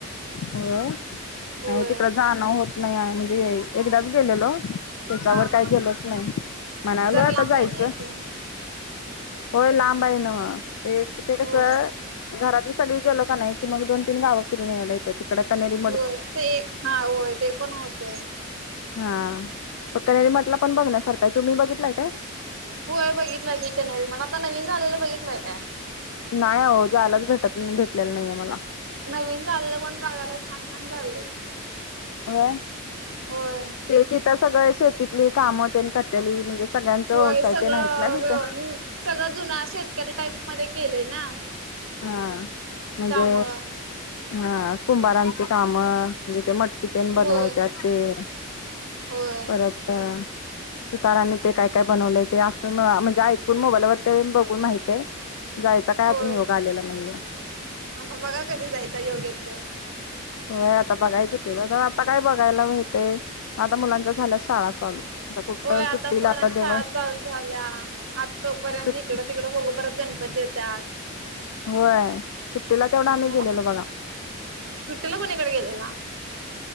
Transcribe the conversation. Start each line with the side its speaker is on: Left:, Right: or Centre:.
Left: होय
Right: होय
Left: नाही तिकडं जाणं होत नाही हाय म्हणजे एकदाच गेलेलो, त्याच्यावर
Right: हा
Left: काय
Right: हा
Left: गेलोच नाही. म्हणालोय
Right: जरा
Left: आता
Right: लांब
Left: जायचं.
Right: आहे ना इथून
Left: होय लांब आहे न्हवं. ते ते कसं
Right: हो
Left: घरातली सगळी गेलो का नाही, की मग दोन तीन गाव फिरून यायला ये त्या तिकड कण्हेरी
Right: होय ते हा होय ते पण होतंय.
Left: हा तो कन्हेरी मठला पण बघण्यासारखं आहे. तुम्ही बघितलाय काय?
Right: होय बघितलंय की कन्हेरी मठ. आता नवीन झालेलं बघितलंय काय?
Left: नाही अहो जायलाच भेटत भेटलेल नाहीये मला.
Right: नवीन झालेलं पण बघायला छान छान झालंय.
Left: होय.
Right: होय.
Left: ते तिथं सगळं शेतीतली कामं तेन करतेली. म्हणजे सगळ्यांच व्यवसाय
Right: होय सगळं
Left: तेन आहेत ना तिथं.
Right: व्यव हम्म सगळं जुना शेतकरी टाईप मध्ये केलंय ना.
Left: हा म्हणजे
Right: त्यामुळं
Left: हा कुंभारांची कामं म्हणजे ते मटकी तेन बनववत्यात
Right: होय.
Left: ते.
Right: होय.
Left: परत सुतारांनी ते काय काय बनवलंय, ते असं म्हणजे ऐकून मोबाईलवर ते बघून माहित हाय. जायचा काय
Right: होय
Left: अजून योग आलेला नाहीये.
Right: आता बघा कधी जायचा योगे येतोय?
Left: व्हय बघायचं की, तर आता काय बघायला मिळते आता मुलांच्या झाल्या शाळा चालू. आता कुठ
Right: होय आता
Left: सुट्टीला
Right: पोरांच्या
Left: तेव्हा
Right: शाळा चालू झाल्या. आता तोपर्यंत
Left: सुट
Right: इकडं तिक तिकडे बघु परत गणपती येत्यात.
Left: व्हय, सुट्टीला तेवढं
Right: घरात
Left: आम्ही गेलेलो बघा.
Right: सुट्टीला कुणीकडं गेलेला?